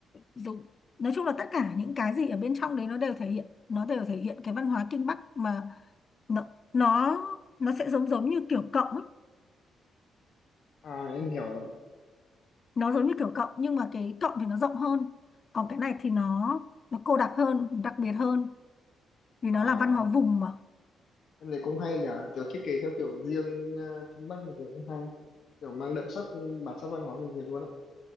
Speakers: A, on the left (about 30°); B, on the left (about 55°).
A: rồi nói chung là tất cả những cái gì ở bên trong đấy nó đều thể hiện nó đều thể hiện cái văn hóa Kinh Bắc mà nó nó nó sẽ giống giống như kiểu cộng ấy.
B: à, em hiểu rồi.
A: nó giống như kiểu cộng nhưng mà cái cộng thì nó rộng hơn còn cái này thì nó nó cô đặc hơn đặc biệt hơn vì
B: À,
A: nó là văn hóa vùng mà
B: em thấy cũng hay nhỉ, kiểu thiết kế theo kiểu riêng ờ, Kinh Bắc thì cũng hay, kiểu mang đậm sắc bản sắc văn hóa người Việt luôn á.